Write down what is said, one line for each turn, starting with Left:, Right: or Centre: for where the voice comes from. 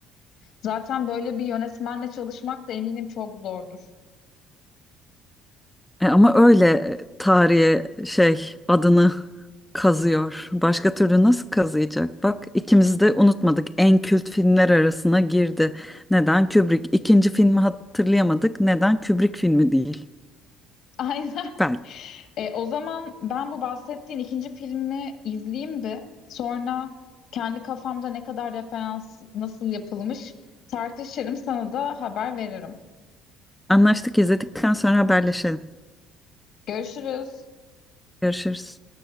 Left: Zaten böyle bir yönetmenle çalışmak da eminim çok zordur.
Centre: E, ama öyle e, tarihe şey adını kazıyor. Başka türlü nasıl kazıyacak? Bak ikimiz de unutmadık. En kült filmler arasına girdi. Neden Kubrick? İkinci filmi hatırlayamadık. Neden Kubrick filmi değil?
Left: Aynen.
Centre: Belki.
Left: E, o zaman ben bu bahsettiğin ikinci filmi izleyeyim bir. Sonra kendi kafamda ne kadar referans nasıl yapılmış tartışırım sana da haber veririm.
Centre: Anlaştık izledikten sonra haberleşelim.
Left: Görüşürüz.
Centre: Görüşürüz.